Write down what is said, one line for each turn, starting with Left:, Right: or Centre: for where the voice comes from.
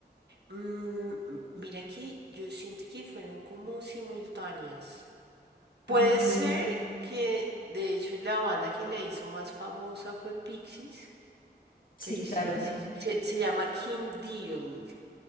Right: Mm, m- mira que yo siento que fueron como simultáneas. Puede
Left: Ah, ok.
Right: ser que, de hecho, la banda que la hizo más famosa fue Pixies,
Left: Sí,
Right: pero
Left: claro.
Right: sí, sí, se, se llama Kim Deal.